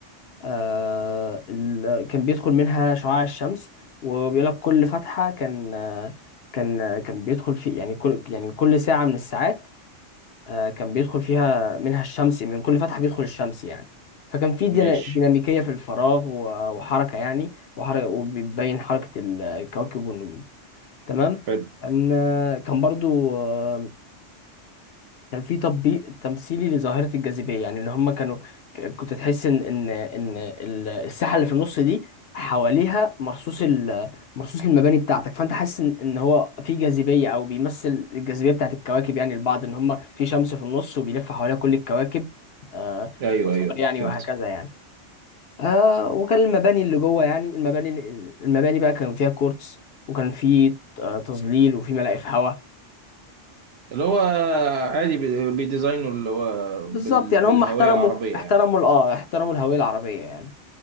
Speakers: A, on the left (about 60°); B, on the right (about 60°).
A: آه، ال- كان بيدخل منها شعاع الشمس وبيقول لك كل فتحة كان آه، كان آه، كان بيدخل في يعني كل يعني كل ساعة من الساعات آه، كان بيدخل فيها منها الشمس من كل فتحة بيدخل الشمس يعني فكان في دينا-
B: ماشي
A: ديناميكية في الفراغ و- وحركة يعني وحركة وبيبين حركة الكواكب والنجوم تمام
B: حلو
A: كان آه، كان برضو آه، كان في تطبيق تمثيلي لظاهرة الجاذبية يعني ان هم كانوا ك- كنت تحس ان ان ان ال- الساحة اللي في النص دي حواليها مرصوص ال- مرصوص المباني بتاعتك فانت حاسس ان إن هو في جاذبية او بيمثل الجاذبية بتاعت الكواكب يعني البعض ان هم في شمس في النص وبيلف حواليها كل الكواكب آه،
B: ايوه
A: في المسار
B: ايوه
A: يعني
B: فهمت
A: وهكذا يعني آه وكان المباني اللي جوه يعني المباني المباني بقى كان فيها كورتس وكان في آه، تظليل وفي ملاقف هواء
B: اللي هو عادي بي- بيديزاينه اللي هو
A: بالظبط
B: بال...
A: يعني
B: بالهوية
A: هم احترموا
B: العربية
A: احترموا
B: يعني
A: ال- اه احترموا الهوية العربية يعني